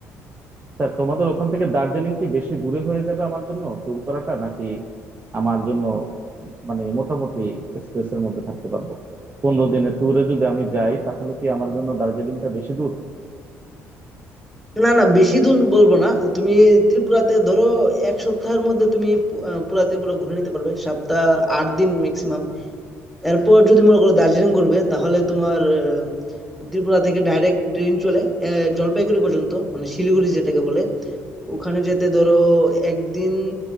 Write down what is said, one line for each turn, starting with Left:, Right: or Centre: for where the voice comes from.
Right: তা তোমাদের ওখান থেকে দার্জিলিং কি বেশি দূরে হয়ে যাবে আমার জন্য ট্যুর করাটা নাকি আমার জন্য মানে মোটামুটি স্পেসের মধ্যে থাকতে পারবো পনেরো দিনের ট্যুরে যদি আমি যাই তাহলে কি আমার জন্য দার্জিলিংটা বেশি দূর
Centre: না না বেশি দূর বলবো না তুমি ত্রিপুরাতে ধরো এক সপ্তাহের মধ্যে তুমি পু- আহ, পুরা ত্রিপুরা ঘুরে নিতে পারবে সপ্তাহ আট দিন ম্যাক্সিমাম এরপর যদি মনে করো দার্জিলিং ঘুরবে তাহলে তোমার আহ, ত্রিপুরা থেকে ডাইরেক্ট ট্রেন চলে আহ, জলপাইগুড়ি পর্যন্ত মানে শিলিগুড়ি যেটাকে বলে ওখানে যেতে ধরো একদিন